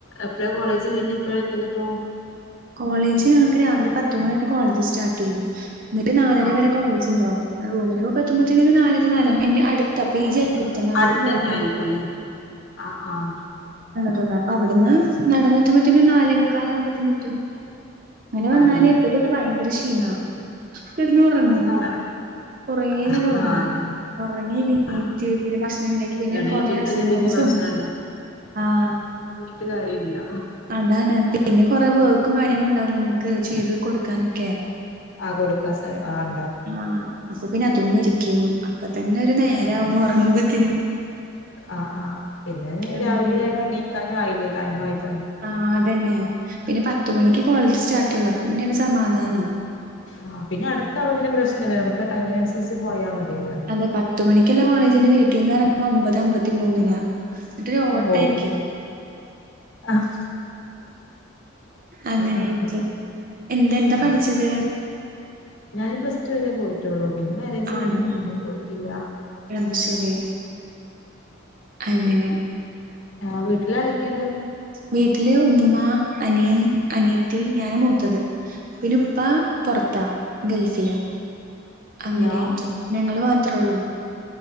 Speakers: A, on the left; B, on the right.
A: എപ്പഴാ കോളേജ് കഴിഞ് എപ്പോഴാ എത്തല് അപ്പോ?
B: കോളേജ് ഞങ്ങൾക്ക് രാവിലെ പത്തുമണി തൊട്ട് കോളേജ് സ്റ്റാർട്ട് ചെയ്യും, എന്നിട്ട് നാലര
A: ആഹ്
B: വരെ കോളേജ് ഇണ്ടാവും. റൂമിലൊക്കെ എത്തുമ്പോത്തേക്ക് ഒരു നാലര നാലും പിന്നെ അടുത്ത പി ജി അടുത്താ
A: ആഹ്
B: നടന്ന്
A: അടുത്തന്നെ
B: വരാൻ
A: ആയിരിക്കൂല്ലേ
B: ഉള്ളോ.
A: ആഹ് ആഹ്
B: ത്ത അപ്പൊ അവിടുന്ന് നടന്ന്‌ എത്തുമ്പോത്തേനും ഒരു നാലേ മുക്കാല ആകുമ്പോത്തേന് എത്തും. അങ്ങനെ വന്നാല്
A: അതെ അതെ
B: ഇപ്പത്തൊട്ട് ഭയങ്കര ക്ഷീണാ കിടന്ന് ഉറങ്ങും
A: പറ
B: കുറേ നേരം
A: ആഹ്
B: ഉറങ്ങും
A: അതെ
B: ഉറങ്ങി എണീറ്റ്
A: ആഹ്
B: പിന്നെ ഭക്ഷണം ഉണ്ടാക്കി പിന്നെ
A: എണീറ്റിട്ടല്ലേ
B: കൊറെഅസ്സിഗ്ന്മെന്റ്സും
A: പിന്നെ ഭക്ഷണം
B: ആഹ്
A: ട്ട് കാര്യല്ല
B: അതാണ് പിന്നെ കൊറേ വർക്കും കാര്യങ്ങളും ഉണ്ടാവല്ലോ നമുക്ക് ചെയ്ത് കൊടുക്കാനൊക്കെ
A: ആഹ് കൊടുക്കാൻ സെ ആൺ
B: ആഹ് അപ്പൊ പിന്നെ അതും വിരിക്കും അപ്പൊ തന്നെ ഒരു നേരാവും ഒറങ്ങുമ്പോത്തേനും
A: ആഹ് ആഹ് പിന്നെ
B: അങ്ങനെ
A: രാവിലെ എണീക്കാനും ആയില്ലേ ടൈം ആയില്ലേ?
B: ആ അതന്നെ പിന്നെ പത്ത് മണിക്ക് കോളേജ് സ്റ്റാർട്ട് ചെയുള്ളു അപ്പൊ പിന്നെ ഒരു സമാധാന
A: ആ പിന്നെ അടുത്താവുമ്പോ പിന്നെ പ്രശ്നല്ല നമുക്ക് ടൈമിനനുസരിച്ച് പോയാ മതിയല്ലോ
B: അതെ പത്ത് മണിക്കുള്ള കോളേജിന് വീട്ടീന്ന് ഇറങ്ങണ ഒമ്പത് അമ്പത്തി മൂന്നിനാ ഇന്നിട്ടൊരു
A: ഓഹ്
B: ഓട്ട ആയിരിക്കും
A: ആഹ്
B: അങ്ങനെയൊക്കെ
A: ആഹ്
B: എന്താ എന്താ
A: ആഹ്
B: പഠിച്ചത്
A: ഞാന് പ്ലസ് ടു വരെ പോയിട്ടുള്ളൂ പിന്നെ മാര്യേജ്
B: ആണോ
A: കഴിഞ്ഞ് പിന്നെ പോയിട്ടില്ല
B: <unintelligible> ശരി അങ്ങനെ
A: ആഹ് വീട്ടിൽ ആരൊക്കേണ്ട്
B: വീട്ടിലെ ഉമ്മ അനിയൻ അനിയത്തി ഞാന് മൂത്തത് പിന്നെ ഇപ്പാ പുറത്താ ഗൾഫില് അങ്ങനെയറ്റ്
A: ഹലോ
B: ഞങ്ങള് മാത്രേ ഉള്ളൂ